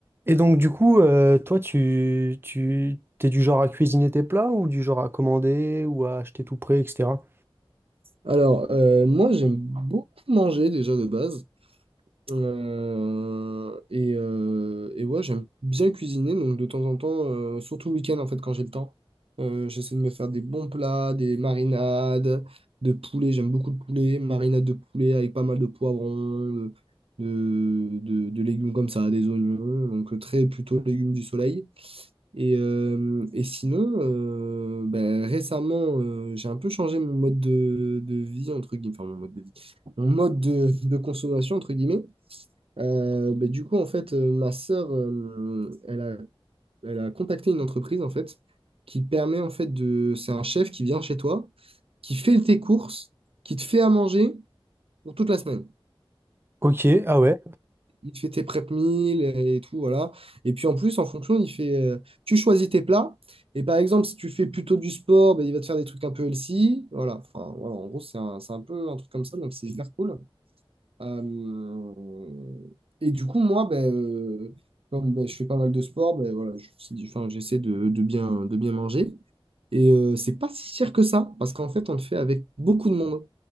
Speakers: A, on the right; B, on the right.
A: Et donc, du coup, euh, toi, tu, tu, t'es du genre à cuisiner tes plats ou du genre à commander ou à acheter tout prêt, etc.
B: Alors, euh, moi, j'aime beaucoup manger déjà de base. Euh, et, euh, et ouais, j'aime bien cuisiner. Donc, de temps en temps, euh, surtout le week-end, en fait, quand j'ai le temps, euh, j'essaie de me faire des bons plats, des marinades de poulet. J'aime beaucoup le poulet. Marinade de poulet avec pas mal de poivrons, de, de, de- de légumes comme ça, des oignons. Donc, euh, très plutôt légumes du soleil. Et, euh, et sinon, euh, ben, récemment, euh, j'ai un peu changé mon mode de, de vie, entre guillemets, enfin mon mode de vie, mon mode de, de consommation, entre guillemets. Euh, ben, du coup, en fait, euh, ma sœur, euh, elle a, elle a contacté une entreprise, en fait, qui permet, en fait, de... C'est un chef qui vient chez toi, qui fait tes courses, qui te fait à manger pour toute la semaine
A: Ok, ah ouais,
B: il te fait tes prep meals et tout, voilà. Et puis en plus, en fonction, il fait, euh, tu choisis tes plats. Et par exemple, si tu fais plutôt du sport, ben, il va te faire des trucs un peu healthy. Voilà. Enfin, voilà, en gros, c'est un, c'est un peu un truc comme ça, donc c'est hyper cool. Euh, et du coup, moi, ben, euh, comme ben, je fais pas mal de sport, ben, voilà, je- c'est- enfin, j'essaie de, de bien, de bien manger. Et euh, c'est pas si cher que ça, parce qu'en fait, on le fait avec beaucoup de monde.